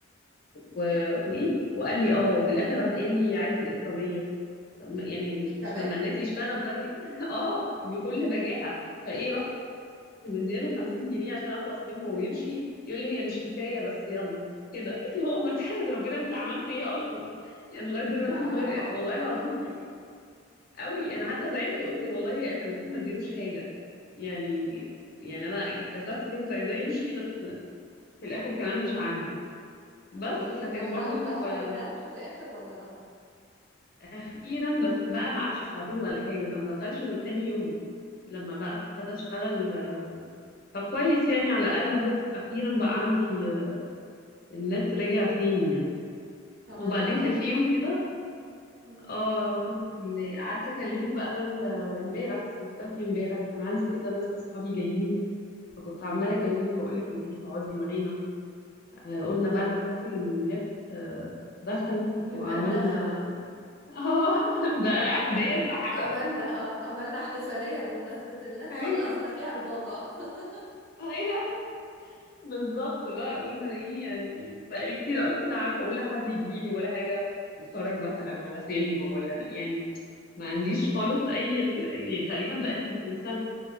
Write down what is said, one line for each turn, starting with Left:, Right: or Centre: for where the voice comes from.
Left: و... وايه وقال لي اه وفي الاخر راح قايل لي عايز الاكراميه طب ما- يعني مش مش
Right: كمان
Left: لما الناس يشتغل طيب <laughs> اه
Right: مم.
Left: بكل بجاحه فايه مدياله 50 جنيه عشان اخلص منه ويمشي يقول لي هي مش كفايه بس يلا كده <laughs> اللي هو ما تحمد ربنا انت عملت ايه اصلا يعني لغايه دلوقتي
Right: لا
Left: من
Right: لا
Left: غير
Right: بقوا
Left: إد- والله
Right: غرابة
Left: العظيم يعني قوي انا حتى زعلت قلت والله كان المفروض ما اديلوش حاجه يعني يعني انا اتكسفت كده كنت عايزاه يمشي بس في الاخر كمان مش عاجبه بس
Right: طب قولي
Left: فكان
Right: لي ودخل
Left: برضو
Right: ودخل
Left: آه،
Right: النت في الآخر ولا لأ
Left: اخيرا بس بقى ما عادش ساعتين ولا حاجه ده ما دخلش غير تاني يوم لما بقى ابتدى اشتغل فكويس يعني على الاقل اهو اخيرا بقى عندي النت رجع تاني يعني
Right: طب
Left: وبعدين
Right: الحمد
Left: كان في
Right: لله
Left: يوم كده
Right: مم.
Left: اه الحمد لله قعدت اكلمك بقى ده ال- امبارح انت مختفيه امبارح كان عندي كده ناس اصحابي جايين فكنت عماله اكلمك
Right: مم.
Left: اقول لك ما تيجي تقعدي معانا آه قلنا بقى نحتفل ان النت آه دخل
Right: النت
Left: وعملنا
Right: دخل
Left: اه <laughs> ده احداث
Right: عملنا
Left: حدث
Right: عملنا اه عملنا احتفالية بمناسبة النت
Left: ايوه
Right: خلصنا فيها الباقة <laughs>
Left: ايوه بالظبط بقى قلنا ايه يعني بقالي كتير اصلا لا عارفه اقول لحد يجي لي ولا حاجه نتفرج مثلا على فيلم ولا يعني ما عنديش خالص اي ال... يعني تقريبا بقالي يمكن سنه